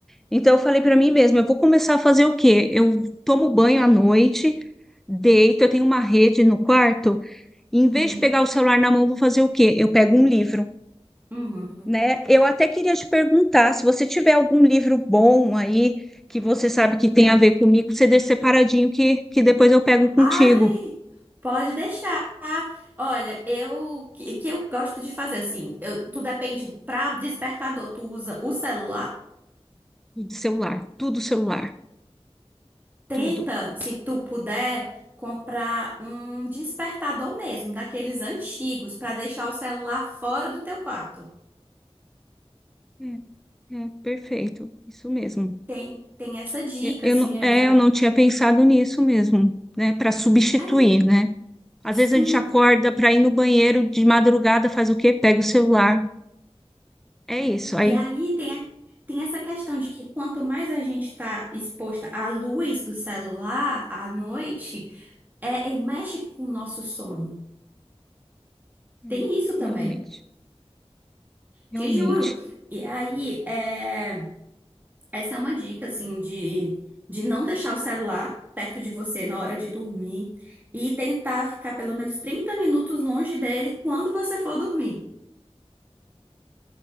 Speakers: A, in the centre; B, on the right.
A: Então eu falei para mim mesma, eu vou começar a fazer o quê? Eu tomo banho à noite, deito, eu tenho uma rede no quarto, e em vez
B: uhum.
A: de pegar o celular na mão, eu vou fazer o quê? Eu pego um livro
B: Uhum.
A: né? Eu até queria te perguntar se você tiver algum livro bom aí que você sabe que tem a ver comigo, você deixa separadinho que, que depois eu pego contigo.
B: Ai, pode deixar. Olha, eu o que o que eu gosto de fazer assim, eu, tu depende para despertador, tu usa o celular?
A: Tudo celular, tudo celular,
B: Tenta,
A: tudo.
B: se tu puder, comprar um despertador mesmo, daqueles antigos, para deixar o celular fora do teu quarto.
A: É, é, perfeito, isso mesmo.
B: Tem, tem essa dica,
A: Eu, eu
B: assim,
A: não,
B: eu
A: é,
B: já.
A: eu não tinha pensado nisso mesmo, né? Para substituir,
B: É,
A: né? Às
B: sim.
A: vezes a gente acorda para ir no banheiro de madrugada, faz o quê? Pega o celular. É isso, aí.
B: E aí tem, a- tem essa questão de que quanto mais a gente está exposta à luz do celular à noite é, e mexe com o nosso sono.
A: É,
B: Tem isso também,
A: realmente, realmente.
B: te juro. E aí, é, essa é uma dica, assim, de, de não deixar o celular perto de você na hora de dormir e tentar ficar pelo menos 30 minutos longe dele quando você for dormir.